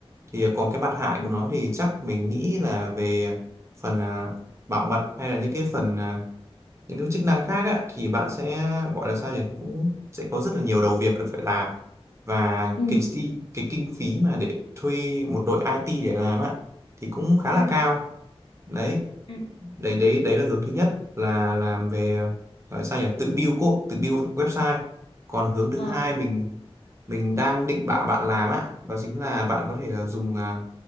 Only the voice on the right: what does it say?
thì còn cái mặt hại
của nó thì chắc mình nghĩ là về phần à, bảo mật hay là những cái phần à, những cái chức năng khác á, thì bạn sẽ gọi là sao nhỉ cũng sẽ có rất là nhiều đầu việc cần phải làm và
cái chi- cái kinh phí mà để thuê một đội IT để làm á thì cũng khá
là
cao đấy
đấy đấy đấy là hướng thứ nhất là làm về gọi sao nhỉ tự build code tự build website còn hướng thứ
hai mình mình đang định bảo bạn làm á đó chính là bạn có thể ờ, dùng à,